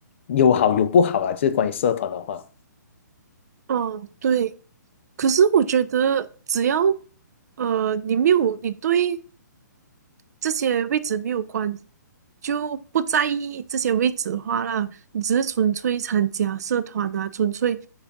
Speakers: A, on the left; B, on the right.
A: 有好有不好啊，就是关于社团的话，
B: 哦，对。可是我觉得，只要呃，你没有你对这些位置没有关，就不在意这些位置的话啦，你只是纯粹参加社团啊，纯粹